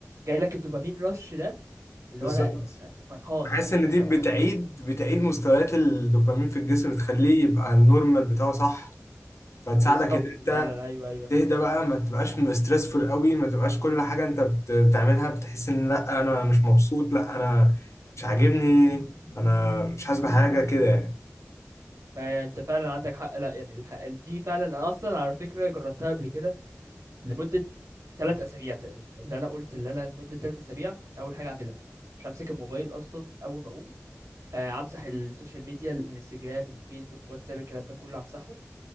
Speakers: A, on the right; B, on the left.
A: جاي لك الدوبامين رش ده اللي
B: بالظبط
A: هو لا انت انت, انت فرحان
B: حاسس ان
A: انت
B: دي بتعيد
A: مبسوط
B: بتعيد مستويات الدوبامين في الجسم بتخليه يبقى النورمال بتاعه صح فتساعدك
A: بالظبط
B: ان انت
A: فعلا ايوه ايوه
B: تهدى بقى ما تبقاش مسترسفول قوي ما تبقاش كل حاجة انت بت- بتعملها بتحس ان لا انا مش مبسوط لا انا مش عاجبني انا مش حاسس
A: مم.
B: بحاجة كده يعني
A: ما هي انت فعلا عندك حق لا يعني الحق دي فعلا انا اصلا على فكره جربتها قبل كده لمده ثلاث اسابيع تقريبا اللي انا قلت اللي انا لمده ثلاث اسابيع اول حاجه اعملها مش همسك الموبايل اصلا اول ما اقوم آه، امسح السوشيال ميديا الانستجرام الفيسبوك واتساب الكلام ده كله امسحه